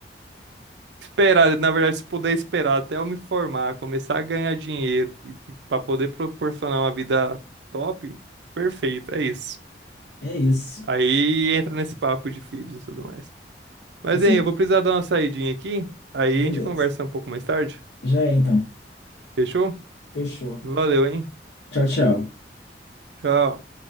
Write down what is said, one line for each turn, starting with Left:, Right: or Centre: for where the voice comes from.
Right: Esperar, na verdade, se puder esperar até eu me formar, começar a ganhar dinheiro para poder proporcionar uma vida top, perfeito, é isso.
Left: é isso.
Right: Aí entra nesse papo de filhos e tudo mais. Mas,
Left: E se,
Right: hein, eu vou precisar dar uma saidinha aqui, aí
Left: beleza.
Right: a gente conversa um pouco mais tarde.
Left: Já é então.
Right: Fechou?
Left: Fechou.
Right: Valeu, hein?
Left: Tchau, tchau.
Right: Tchau.